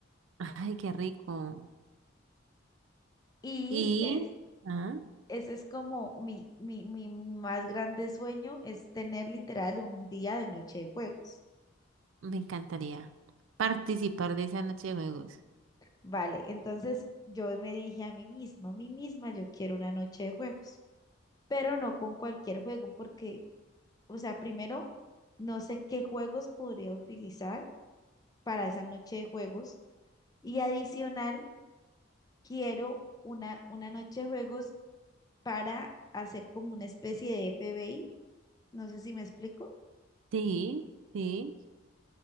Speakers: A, on the right; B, on the left.
A: Ay, qué rico.
B: Y
A: Y
B: es,
A: ah,
B: ese es como mi, mi, mi más grande sueño, es tener literal un día de noche de juegos.
A: me encantaría participar de esa noche de juegos.
B: Vale, entonces yo me dije a mí misma, a mí misma, yo quiero una noche de juegos, pero no con cualquier juego, porque, o sea, primero, no sé qué juegos podría utilizar para esa noche de juegos y adicional, quiero una, una noche de juegos para hacer como una especie de FBI, no sé si me explico.
A: Sí, sí,